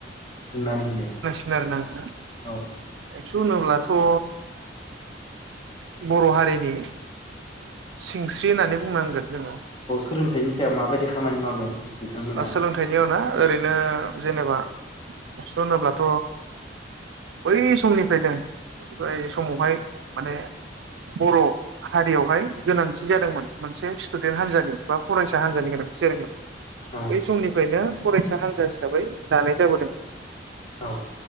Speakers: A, on the left; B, on the right.
A: बुंनानै होदो।
B: <unintelligible>
A: औ
B: सु होनोब्लाथ' ओ बर' हारिनि सिंस्रि होननानै बुंनांगोन। जोङो
A: लोंथाइनि सायाव माबायदि खामानि मावदों? बिथांमोना
B: ओ सोलोंथाइनियाव ना ओरैनो जेनेबा एबासु होनोब्लाथ' बै समनिफ्रायनो जाय समावहाय माने बर' हारियावहाय गोनांथि जादोंमोन मोनसे स्टुडेन्ट हान्जानि बा फरायसा हान्जानि गोनांथि जादोंमोन
A: औ
B: बै समनिफ्रायनो फरायसा हान्जा हिसाबै दानाय जाबोदों।
A: औ